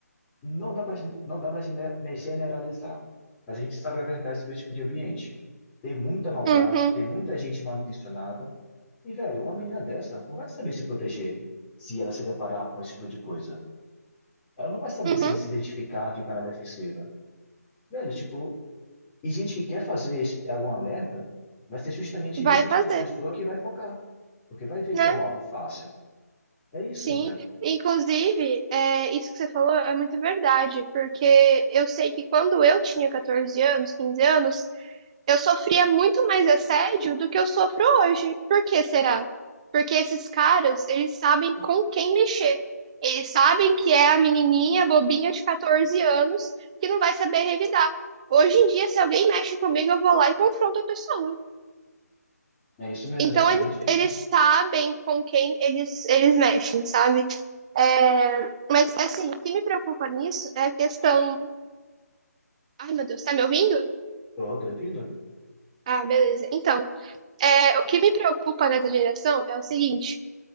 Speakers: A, on the left (about 15°); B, on the right (about 25°).
A: não dá pra, não dá pra gene- né, generalizar, mas a gente sabe a verdade sobre esse tipo de ambiente. Tem muita maldade,
B: Uhum,
A: tem muita gente mal intencionada, E, velho, uma menina dessa não vai saber se proteger se ela se deparar com esse tipo de coisa. Ela não vai saber,
B: uhum.
A: assim, se identificar, ficar na defensiva. Velho, tipo, e gente que quer fazer es- alguma merda vai ser justamente
B: Vai
A: nesse tipo
B: fazer,
A: de pessoa que vai focar. Porque vai ver
B: né?
A: que é um alvo fácil. É isso,
B: Sim.
A: velho.
B: Inclusive, é, isso que você falou é muito verdade, porque eu sei que quando eu tinha 14 anos, 15 anos, eu sofria muito mais assédio do que eu sofro hoje. Por que será? Porque esses caras, eles sabem com quem mexer. Eles sabem que é a menininha bobinha de 14 anos que não vai saber revidar. Hoje em dia, se alguém mexe comigo, eu vou lá e confronto a pessoa.
A: É isso mesmo,
B: Então,
A: exatamente
B: eles,
A: isso.
B: eles sabem com quem eles, eles mexem, sabe? É, mas, assim, o que me preocupa nisso é a questão. Ai, meu Deus, tá me ouvindo?
A: Tô, tô ouvindo.
B: Ah, beleza. Então, é, o que me preocupa nessa geração é o seguinte: